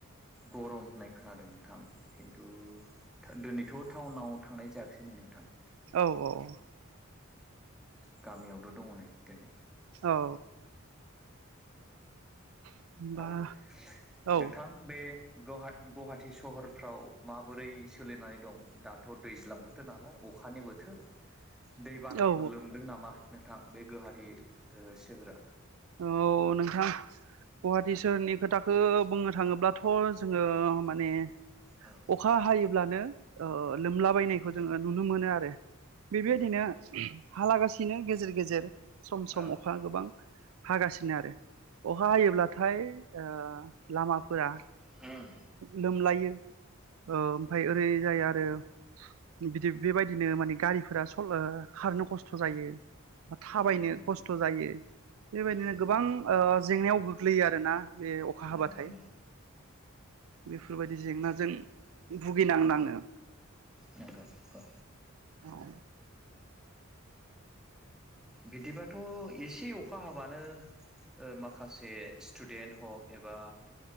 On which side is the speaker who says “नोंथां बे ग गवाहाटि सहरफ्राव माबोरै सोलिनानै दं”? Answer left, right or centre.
Centre